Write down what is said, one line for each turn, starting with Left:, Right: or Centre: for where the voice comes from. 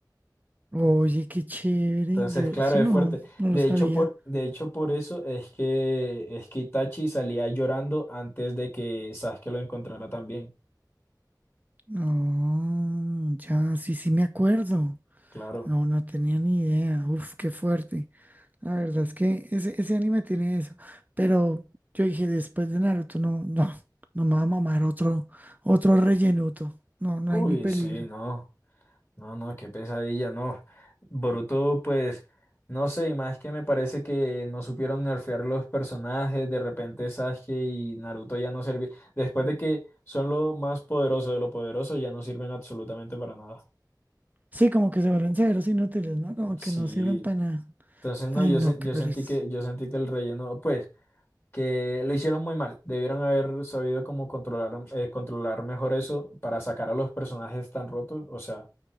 Right: Oye, qué chévere.
Left: Entonces,
Right: Yo
Left: claro,
Right: eso
Left: es
Right: no,
Left: fuerte.
Right: no
Left: De
Right: lo sabía.
Left: hecho, por, de hecho, por eso es que, es que Itachi salía llorando antes de que Sasuke lo encontrara también.
Right: No, ya, sí, sí me acuerdo.
Left: Claro.
Right: No, no tenía ni idea. Uf, qué fuerte. La verdad es que ese, ese anime tiene eso. Pero yo dije, después de Naruto, no, no, no me va a mamar otro, otro rellenuto. No, no
Left: Uy,
Right: hay ni peligro.
Left: sí, no. No, no, qué pesadilla, no. Boruto, pues, no sé, y más que me parece que no supieron nerfear los personajes, de repente Sasuke y Naruto ya no servían. Después de que son lo más poderoso de lo poderoso, ya no sirven absolutamente para nada.
Right: Sí, como que se vuelven severos inútiles, ¿no? Como
Left: Sí.
Right: que no sirven para nada.
Left: Entonces, no,
Right: Ay,
Left: yo,
Right: no,
Left: sen-
Right: qué
Left: yo
Right: pereza.
Left: sentí que, yo sentí que el relleno, pues, que lo hicieron muy mal. Debieron haber sabido cómo controlar, eh, controlar mejor eso para sacar a los personajes tan rotos. O sea.